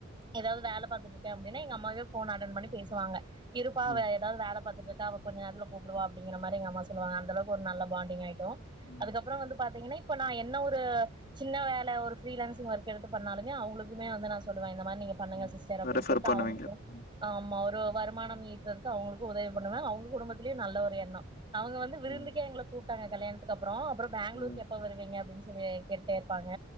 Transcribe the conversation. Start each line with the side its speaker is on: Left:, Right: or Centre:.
Right: எதாவது வேல பாத்துட்டு இருக்க அப்படினா எங்க அம்மாவே போன் அட்டன் பண்ணி பேசுவாங்க இருப்பா
Left: ம்
Right: எதாவது வேல பாத்துட்டு இருக்கா அவ கொஞ்ச நேரத்துல கூப்புடுவா அப்பங்கிற மாரி அம்மா சொல்லுவாங்க அந்தளவுக்கு ஒரு நல்ல பாண்டிங்காயி ருந்தோ
Left: ம்
Right: அதுக்கப்புறோ வந்து பாத்தீங்கன்னா இப்ப நா என்ன ஒரு சின்ன வேல ஒரு ஃப்ரீ லான்சிங் ஒர்க் எடுத்து பண்ணாலுமே அவுங்களுக்குமே வந்து நா சொல்லுவ இந்த மாரி நீங்க பண்ணுங்க
Left: ம்
Right: சிஸ்டர் அப்படின்னு
Left: ரெஃபர்
Right: சொல்ட்டு
Left: பண்ணுவீங்க
Right: அவங்களுக்கு
Left: ம்
Right: ஆமா ஒரு வருமானம் ஈட்டறதுக்கு அவுங்களுக்கு உதவி பண்ணுவ அவுங்க குடும்பத்திலயு நல்ல ஒரு எண்ணோ அவுங்க வந்து விருந்துக்கே
Left: ம்
Right: எங்கள கூப் பிட்டாங்க கல்யாணத்து க்கு அப்புறோ அப்புறோ பெங்களூருக்கு
Left: ம்
Right: எப்ப வருவீங்க அப்டின்னு இவிய கேட்டே இருப்பாங்க